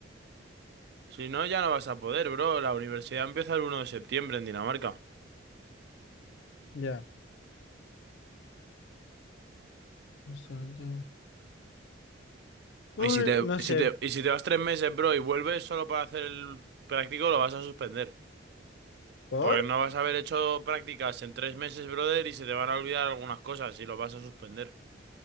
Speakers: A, on the right; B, on the left.
A: Si no, ya no vas a poder, bro. La universidad empieza el 1 de septiembre en Dinamarca.
B: ya. Bastante. Uy,
A: Y si te,
B: no
A: y
B: sé.
A: si te, y si te vas tres meses, bro, y vuelves solo para hacer el práctico, lo vas a suspender.
B: ¿Por?
A: Porque no vas a haber hecho prácticas en tres meses, brother, y se te van a olvidar algunas cosas y lo vas a suspender.